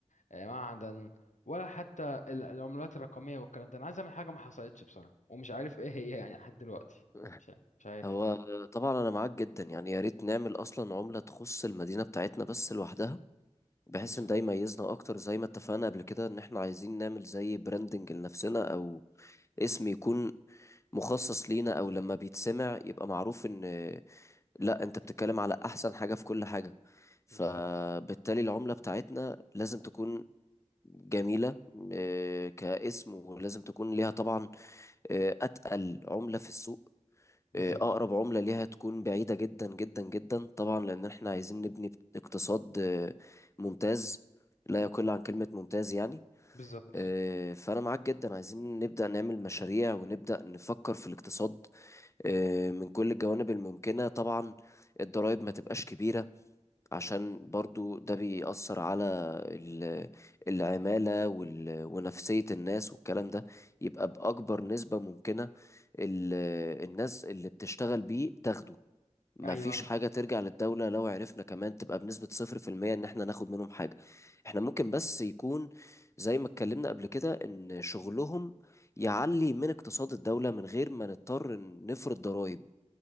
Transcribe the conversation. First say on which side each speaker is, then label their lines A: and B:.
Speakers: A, on the left; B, on the left.
A: آه، معدن ولا حتى ال- العملات الرقميه والكلام ده انا عايز اعمل حاجه ما حصلتش بصراحه ومش عارف ايه هي يعني لحد دلوقتي
B: <laughs>
A: مش عارف مش عارف
B: هو طبعا انا معاك جدا يعني يا ريت نعمل اصلا عملة تخص المدينة بتاعتنا بس لوحدها بحيث
A: بالظبط
B: ان ده يميزنا اكتر زي ما اتفقنا قبل كده ان احنا عايزين نعمل زي براندنج لنفسنا او اسم يكون مخصص لينا او لما بيتسمع يبقى معروف ان لا انت بتتكلم على احسن حاجة في كل حاجة فبالتالي
A: بالظبط
B: العملة بتاعتنا لازم تكون جميلة آه، كاسم ولازم تكون ليها طبعا آه، أتقل عملة في السوق
A: بالظبط
B: آه، أقرب عملة ليها تكون بعيدة جدا جدا جدا طبعا لأن احنا عايزين نبني اقتصاد آه، ممتاز لا يقل عن كلمة ممتاز يعني
A: بالظبط
B: آه، فأنا معاك جدا عايزين نبدأ نعمل مشاريع ونبدأ نفكر في الاقتصاد آه، من كل الجوانب الممكنة طبعا الضرائب ما تبقاش كبيرة عشان برضو ده بيأثر على ال- العمالة وال- ونفسية الناس والكلام ده يبقى بأكبر نسبة ممكنة ال- الناس اللي بتشتغل بيه تاخده ما
A: ايوه
B: فيش حاجة ترجع للدولة لو عرفنا كمان تبقى بنسبة صفر في المية إن احنا ناخد منهم حاجة احنا ممكن بس يكون زي ما اتكلمنا قبل كده إن شغلهم يعلي من اقتصاد الدولة من غير ما نضطر نفرض ضرائب